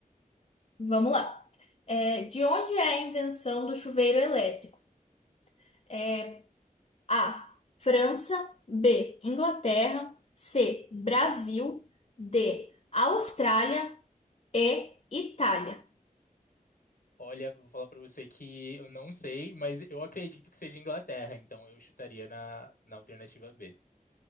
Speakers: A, on the left; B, on the left.
A: Vamos lá. É, de onde é a invenção do chuveiro elétrico? É, A. França. B. Inglaterra. C. Brasil. D. Austrália. E. Itália.
B: Olha, vou falar pra você que eu não sei, mas eu acredito que seja Inglaterra, então eu chutaria na, na alternativa B.